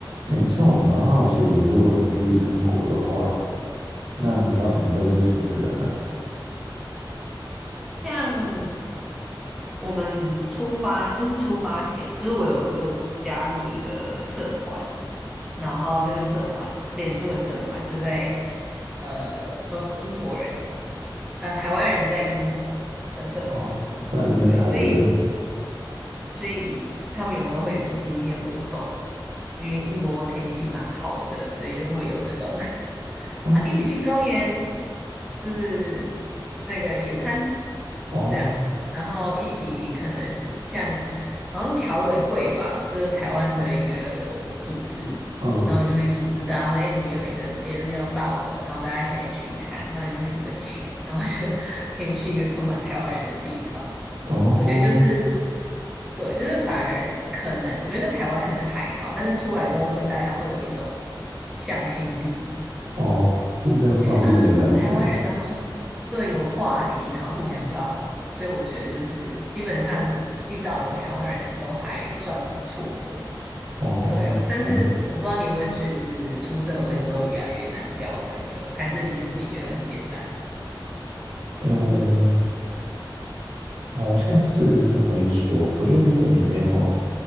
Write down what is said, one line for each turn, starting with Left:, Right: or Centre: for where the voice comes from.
Right: 诶，像我蛮好奇，如果你去英国的话，那你要怎么认识新的人呢、
Centre: 像我们出发，就是出发前，就是我有我有加入一个社团，然后那个社团，脸书的社团，就是在呃都是英国人，呃台湾人在英国的社团，
Right: 哦，在英台人
Centre: 对，所以所以他们有时候会组织一些活动，因为英国的天气蛮好的，所以就会有那种 <laughs>
Right: 啊，
Centre: 啊一起去公园，就是那个野餐
Right: 哦，
Centre: 这样，然后一起可能像好像侨委会吧，就是台湾的一个组织。
Right: 嗯，
Centre: 然后就会组织大家说：“哎、我们有一个节日要到了，然后大家一起来聚餐，那你就付个钱，然后就 <laughs> 可以去一个充满台湾人的地方。”
Right: 哦，
Centre: 我觉得就是对，就是反而可能，我觉得在台湾可能还好，但是出来之后会大家会有一种向心力，
Right: 哦，互相照应的感觉，
Centre: 就觉得啊都是台湾人，然后就对有话题，然后互相照顾，所以我觉得就是基本上遇到的台湾人都还算不错的，
Right: 哦，
Centre: 对啊。但是我不知道你有没有觉得，
Right: 反正，
Centre: 就是出社会之后越来越难交朋友，还是其实你觉得很简单？
Right: 嗯，好像是这么一说。我觉得如果你没有